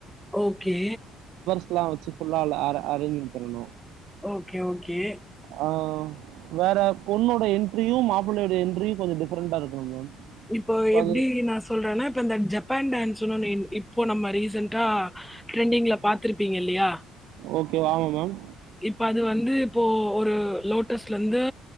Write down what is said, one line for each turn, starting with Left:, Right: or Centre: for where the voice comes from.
Centre: ஓகே
Right: ஸ்லா வச்சு ஃபுல்லா அல அர அரேஜ்மெண்ட் பண்ணணு
Centre: ஓகே ஓகே
Right: ஆ வேற பொண்ணோட என்ட்ரியு மாப்ளயோட என்ட்ரியு கொஞ்ச டிஃப்ரண்டா இருக்கணு மேம்
Centre: இப்போ
Right: ஸோ
Centre: எப்டி
Right: அது
Centre: நா சொல்றேன்னா இப்ப இந்த ஜப்பான் டான்ஸ் சொன்னனே இன் இப்போ நம்ம ரீசென்டா ட்ரெண்டிங்ல பாத்துருப்பீங்க இல்லயா
Right: ஓகே வாமா மேம்
Centre: இப்ப அது வந்து இப்போ ஒரு லோட்டஸ்ல ருந்து